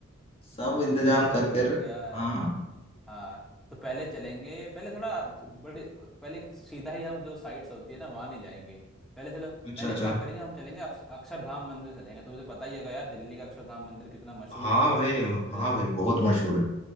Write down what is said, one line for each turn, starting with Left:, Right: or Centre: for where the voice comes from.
Left: सब इंतजाम
Centre: बिल्कुल
Left: करके
Centre: बिल्कुल
Left: रख
Centre: यार
Left: हाँ
Centre: हाँ हाँ। तो पहले चलेंगे पहले थोड़ा थो- बड़ी पहले सीधा ही हम जो साइट्स होती है ना वहाँ नहीं जाएंगे पहले चलो पहले
Left: अच्छा अच्छा
Centre: एक काम करेंगे हम चलेंगे अक्ष, अक्षरधाम मंदिर चलेंगे तुझे पता ही होगा यार दिल्ली का अक्षरधाम मंदिर कितना मशहूर
Left: हाँ
Centre: है तुझे
Left: भाई हाँ भाई बहुत मशहूर है